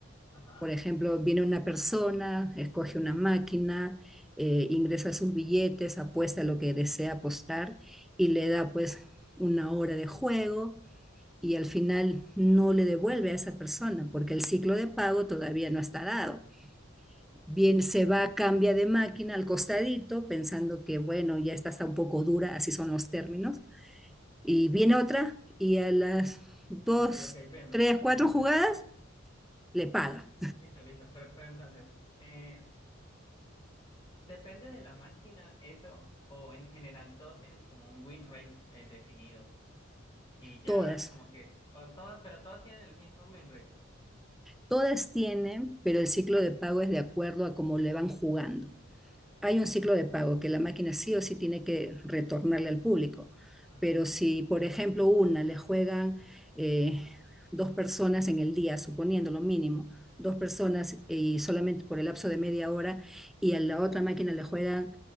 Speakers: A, on the left; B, in the centre.
A: Ajá,
B: Por
A: sí,
B: ejemplo,
A: sí,
B: viene una persona, escoge una máquina, eh, ingresa sus billetes, apuesta lo que desea apostar y le da pues una hora de juego y al final no le devuelve a esa persona porque el ciclo de pago todavía no está dado. Bien,
A: sí.
B: se va, cambia de máquina al costadito, pensando que, bueno, ya esta está un poco dura, así son los términos. Y viene otra y a las dos,
A: Ok, ok, bien, hombre.
B: tres,
A: ah,
B: cuatro
A: Entonces,
B: jugadas le paga.
A: listo, listo. Pero, pero entonces, eh, depende de la máquina eso, o en general todos tienen como un win rate eh, definido. Y ya
B: Todas.
A: como que, o todas, pero todas tienen el mismo win rate.
B: Todas tienen, pero el ciclo de pago es de acuerdo a cómo le van jugando. hay un ciclo de pago que la máquina sí o sí tiene que retornarle al público.
A: Ajá.
B: Pero si, por ejemplo, una le juegan eh, dos personas en el día, suponiendo lo mínimo, dos personas eh, y solamente por el lapso de media hora, y a la otra máquina le juegan